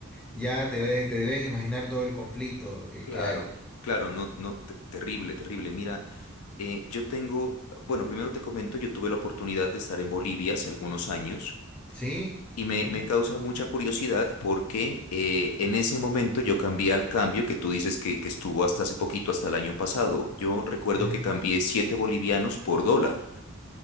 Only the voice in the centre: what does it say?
ya te ves- te debes imaginar todo el conflicto que,
que hay.
¿Sí?
Ujú,
ujú.